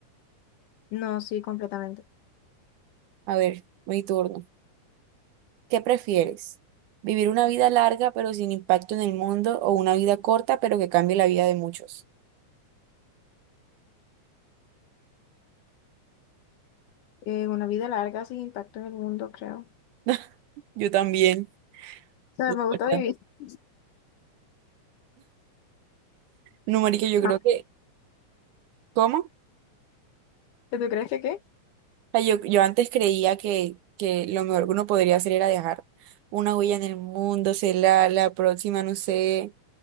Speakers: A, on the left; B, on the right.
A: <laughs> No, sí, completamente.
B: A ver, mi turno. ¿Qué prefieres? ¿Vivir una vida larga pero sin impacto en el mundo o una vida corta pero que cambie la vida de muchos?
A: Eh, una vida larga sin impacto en el mundo, creo. O
B: <laughs> Yo también.
A: sea,
B: ¿verdad?
A: me gusta vivir. <laughs>
B: No, marica, yo creo
A: Ah,
B: que, ¿cómo?
A: ¿Tú crees que qué?
B: O sea, yo, yo antes creía que, que lo mejor que uno podría hacer era dejar una huella en el mundo, ser la, la próxima, no sé,